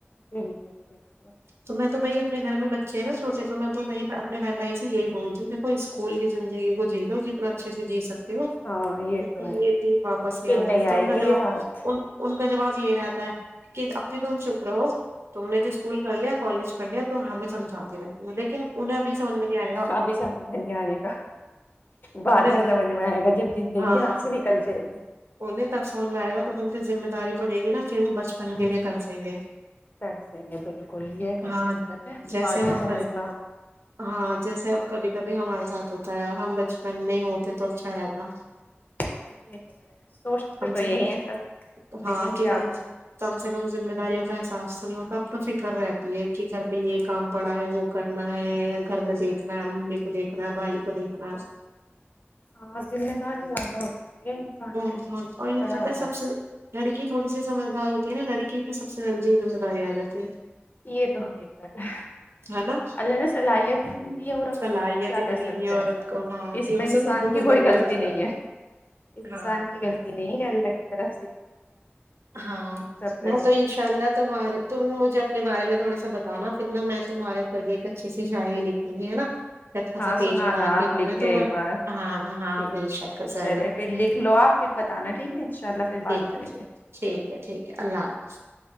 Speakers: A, on the left; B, on the right.
A: بالکل بالکل
B: تو میں تو بھائی اپنے گھر میں بچے نا چوٹے تو میں تو اپنے بہن بھائی سے یہی بولوں ج دیکھو اسکول کی زندگی کو جیل ہو ج طرح اچھے سے جی سکتے ہو
A: ہاں یہ
B: کیہ
A: تو ہے
B: یہ دن واپس نہیں
A: پھر
B: آنے کے تو
A: آئے
B: ان کا
A: گی
B: جواب
A: یہ ہاتھ
B: کا جواب یہ رہتا ہے کہ اب بھی تم چپ رہو تم نے تو اسکول کر لیا کالج کر لیا تو ہمیں سمجھاتی رہتی ہے مطل لیکن انہیں ابھی سمج میں نہیں آئےا
A: ابھی سمجھ میں نہیں آنے گا بعد
B: انہیں
A: میں سمجھ میں آئے گا جب زندگی
B: ہاں
A: یہاں سے نکل جائے گی
B: انہیں تب سمجھ میں آئے گا تب ان پہ ذمہ داری پڑے گی نا پھر وہ
A: ہوں
B: کے لیے کر سیں گے
A: صحیح ہے بالکل یہ تو
B: ہاں
A: حقیقت ہے
B: جیسے
A: بعد
B: ہم
A: میں سمجھ میں آتا ہے
B: ہاں جیسے کبھی کبھی ہمارے ساتھ ہوتا ہے ہم بچپن میں ہی ہو تو اچھا رہتا
A: ہاں یہ تو ہے سوچتے
B: کم
A: تو
B: سے
A: یہی
B: کم
A: ہیں سب
B: ہاں
A: لیکن
B: کہ
A: کیا
B: کم
A: کریں
B: کم سے کم مہ داریوں احساس تو نہیں ہوتا اب تو فکر رہتی ہے کہ گھر پہ یہ کام پڑا ہے وہ کرنا ہے گھر میں دیکھنا ممی کو دیکنا بائی کو دیکنا
A: ہاں ذمہ داری زیادہ ہو جاتی ہے انسان
B: آور
A: پہ جب انسان بڑا
B: پتہ
A: ہو
B: ہی
A: جاتا
B: صبکو لی تھوڑی سی سجدار ہوتی ہے نا لڑکی پہ سب سے جلدی سمجھداری آ جاتی ہے
A: یہ تو حقیقت ہے
B: ہے نا
A: اللہ نے صلاحیتنی دی ہے عورت
B: صلاحیت
A: کو کیا
B: اتنی
A: کر سکتے
B: دی ہے
A: ہیں
B: عورت کو ہاں
A: اس
B: کہ اسے
A: میں انسان
B: خود بخود
A: کی کوئی
B: بننا
A: غلطی
B: پڑتا
A: نہیں ہے
B: ہاں
A: سانن کی کلتینی الگ ترا
B: ہاں
A: کر
B: میں
A: سکتے
B: تو انشاء اللہ تمہارے تم مجھے اپنے بارے میں تھوڑا سا بتانا پھرا میں تمہارے اوپر بھی ایک اچھی س شعری لکھوں گی ہے نا ایک اچھا
A: ہاں
B: سا پیج
A: سنانا
B: بنا
A: آپ
B: دوں
A: لکھ
B: میں
A: کے
B: تمہیں
A: ایک بار
B: ہاں ہاں
A: ٹھیک
B: بے شک ضرور
A: چلے پھر لکھ لو آپ پھر بتانا ٹھیک ہے ان شاء اللہ پھر بات
B: اھاھ
A: کریں گے
B: ٹھیک ہے ٹھیک ہے اللہ حافظ